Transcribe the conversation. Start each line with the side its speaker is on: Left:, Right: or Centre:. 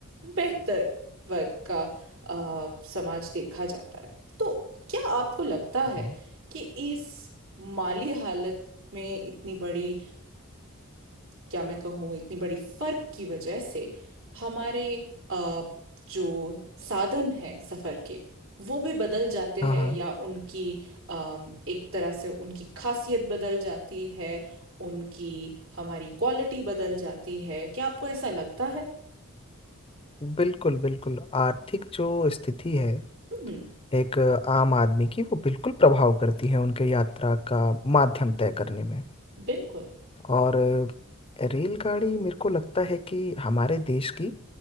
Right: बेहतर वर्ग का अ, समाज देखा जाता है तो क्या आपको लगता है
Left: हम्म,
Right: कि इस माली हालत में इतनी बड़ी क्या मैं कहूँ इतनी बड़ी फर्क की वजह से हमारे अ, जो साधन हैं सफर के वो भी बदल जाते
Left: हाँ
Right: हैं
Left: हाँ
Right: या उनकी अम, एक तरह से उनकी खासियत बदल जाती है उनकी हमारी क्वालिटी बदल जाती है क्या आपको ऐसा लगता है
Left: बिल्कुल बिल्कुल आर्थिक जो स्थिति है
Right: हम्म
Left: एक आम आदमी की वो बिल्कुल प्रभाव करती है उनके यात्रा का माध्यम तय करने में
Right: बिल्कुल
Left: और अ, रेलगाड़ी मेरे को लगता है कि हमारे देश की